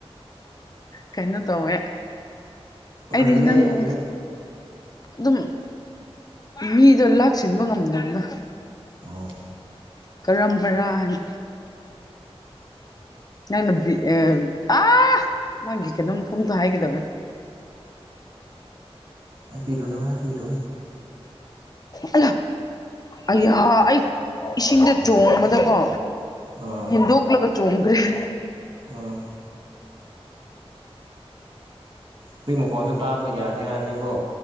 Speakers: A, on the left (about 40°); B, on the right (about 55°).
A: ꯀꯩꯅꯣ ꯇꯧꯋꯦ ꯑꯩꯗꯤ
B: ꯐꯒꯤꯅꯦ
A: ꯅꯪ
B: ꯐꯒꯤꯅꯦ
A: ꯑꯗꯨꯝ ꯃꯤꯗꯣ ꯂꯥꯛꯁꯤꯟꯕ ꯉꯝꯗꯕꯅ
B: ꯑꯣ
A: ꯀꯔꯝꯕꯔꯥ ꯍꯥꯏꯅ ꯅꯪꯅꯕꯤ ꯑ ꯑꯥ ꯃꯥꯒꯤ ꯀꯩꯅꯣꯝ ꯃꯐꯝꯇꯣ ꯍꯥꯏꯒꯗꯕ꯭ꯅ
B: ꯍꯥꯏꯕꯤꯔꯣ ꯍꯥꯏꯕꯤꯔꯣ
A: ꯑꯜꯂ ꯑꯌꯥ ꯑꯩ ꯏꯁꯤꯡꯗ ꯆꯣꯡꯕꯗꯀꯣ
B: ꯑꯥ
A: ꯍꯤꯟꯗꯨꯨ ꯀꯜꯂ ꯆꯣꯡꯒꯦꯔ
B: ꯑꯥ ꯍꯨꯏ ꯃꯈꯣꯟꯁꯨ ꯇꯥꯕ ꯌꯥꯗꯦ ꯍꯥꯏꯕꯅꯤꯀꯣ